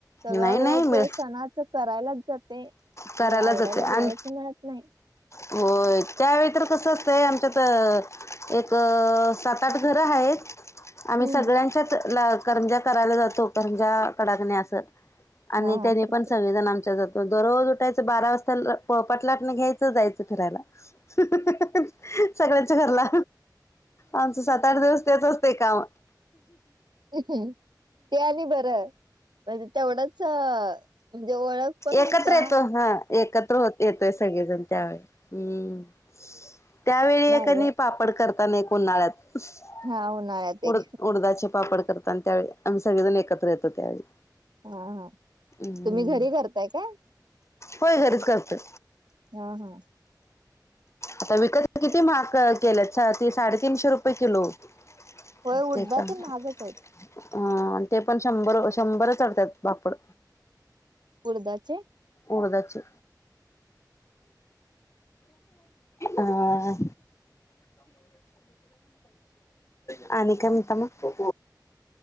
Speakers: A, on the right (about 85°); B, on the left (about 40°).
A: सगळं
B: नाही नाही
A: वेळ
B: मिळ
A: तर सणाचं करायलाचं स, ते, हे
B: करायला
A: आवरायला
B: जाते
A: वेळच
B: आणि
A: मिळत नाही.
B: होय, त्यावेळी तर कसं असतंय आमच्यात एक... सात, आठ घरं हायत. आम्ही
A: हम्म
B: सगळ्यांच्यात ला, करंज्या करायला जातो, करंज्या, कडाकण्या असं. आणि
A: हा
B: तेनी
A: हा प्रत्येक
B: पण सगळेजण आमच्या जातात, दररोज उठायचं बारा वाजता पोळपाटलाटन घ्यायचं, जायचं फिरायला. <unintelligible> सगळ्यांच्या घरला, आमचं सात, आठ दिवस तेचचं ते काम.
A: <unintelligible> ते आणि बरं, म्हणजे तेवढंच, म्हणजे ओळख पण
B: एकत्र
A: होत्या
B: येतो, हा, एकत्र होत येतोय सगळेजण त्यावेळी, हम्म. त्यावेळी
A: भारी
B: एक आणि
A: वाट
B: पापड करता ना एक उन्हाळ्यात. <unintelligible>
A: हा उन्हाळ्यात
B: उड-उडदाचे
A: एक
B: पापड करत तात. आणि त्यावेळी आम्ही सगळेजण एकत्र येतो त्यावेळी,
A: हा हा
B: हम्म.
A: तुम्ही घरी करताय काय?
B: होय, घरीच करतोय.
A: हा हा
B: आता विकत किती महाग केलंय, सा-साडे तीनशे रुपये किलो. <unintelligible>
A: होय उडदाचे महागच आहेत
B: अं, आणि ते पण शंभर, शंभरच चढतात पापड.
A: उडदाचे?
B: उडदाचे आं आणि काय म्हणता मग?